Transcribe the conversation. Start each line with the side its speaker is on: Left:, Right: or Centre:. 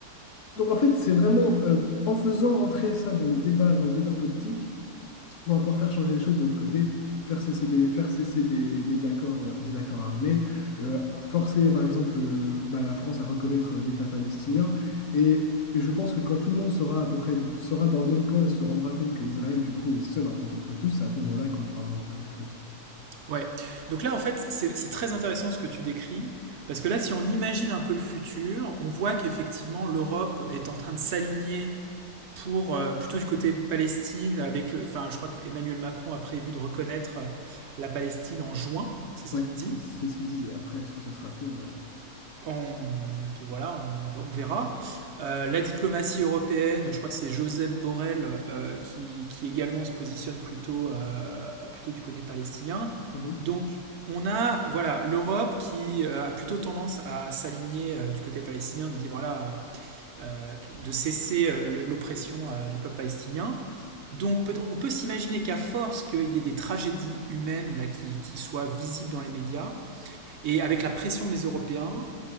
Left: Donc en fait, c'est vraiment euh, en faisant rentrer ça dans le débat, dans le débat politique, on va pouvoir faire changer les choses de notre côté, faire cesser des, faire cesser des, des accords, euh, des accords armés, euh, forcer par exemple euh, bah, la France à reconnaître l'État palestinien. Et et je pense que quand tout le monde sera à peu près sera dans le même camp et se rendra compte que Israël, du coup, est seul un peu contre tous, c'est à ce moment-là qu'on pourra vraiment faire quelque chose.
Right: Ouais. Donc là, en fait, c'est c'est très intéressant ce que tu décris, parce que là, si on imagine un peu le futur, on voit qu'effectivement, l'Europe est en train de s'aligner pour euh, plutôt du côté de Palestine, avec, euh, enfin, je crois qu'Emmanuel Macron a prévu de reconnaître euh, la Palestine en juin, c'est ce
Left: Oui,
Right: qu'il dit.
Left: c'est c'est ce qu'il disait. Après, est-ce que ça sera fait? On verra.
Right: On peut- voilà, on, on verra. Euh, la diplomatie européenne, je crois que c'est Josep Borrell euh, qui, qui également se positionne plutôt, euh, plutôt du côté palestinien.
Left: Mhm.
Right: Donc on a voilà l'Europe qui euh, a plutôt tendance à s'aligner euh, du côté palestinien, de dire voilà euh, de cesser euh, l'oppression euh, du peuple palestinien. Donc peut- on peut s'imaginer qu'à force qu'il y ait des tragédies humaines là qui, qui soient visibles dans les médias et avec la pression des Européens